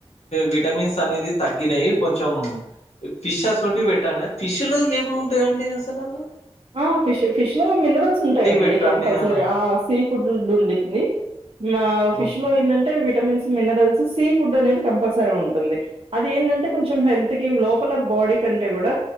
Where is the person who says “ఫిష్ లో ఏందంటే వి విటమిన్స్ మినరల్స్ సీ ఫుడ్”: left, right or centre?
Right